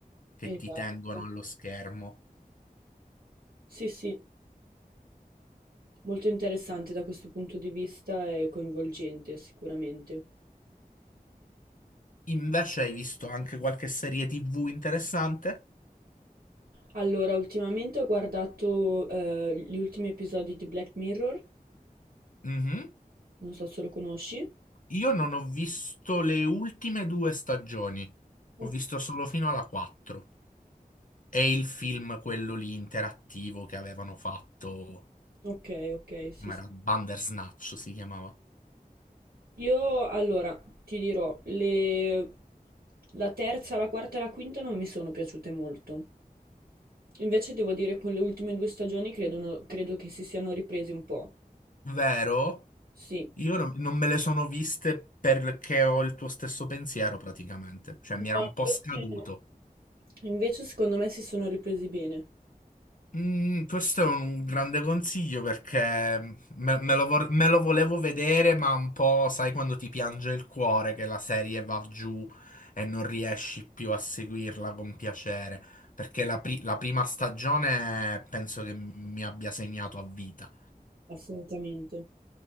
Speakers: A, on the left; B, on the right.
A: che
B: Esatto.
A: ti tengono allo schermo.
B: Sì, sì. Molto interessante da questo punto di vista e coinvolgente sicuramente.
A: Invece hai visto anche qualche serie TV interessante?
B: Allora, ultimamente ho guardato eh, gli ultimi episodi di Black Mirror,
A: Mhm.
B: non so se lo conosci.
A: Io non ho visto le ultime due stagioni,
B: Ok,
A: ho visto solo fino alla 4. E il film, quello lì interattivo che avevano fatto,
B: ok, ok, sì,
A: come
B: sì.
A: era Bandersnatch si chiamava.
B: Io allora ti dirò, le... la terza, la quarta e la quinta non mi sono piaciute molto. Invece devo dire con le ultime due stagioni credono- credo che si siano ripresi un po'.
A: Vero?
B: Sì.
A: Io non non me le sono viste perché ho il tuo stesso pensiero praticamente, cioè
B: No,
A: mi era un po'
B: invece,
A: scaduto.
B: invece secondo me si sono ripresi bene,
A: Mm, questo è un grande consiglio perché me, me lo vor- me lo volevo vedere, ma un po' sai quando ti piange il cuore che la serie va giù e non riesci più a seguirla con piacere. Perché la, pri- la prima stagione penso che mi abbia segnato a vita.
B: assolutamente.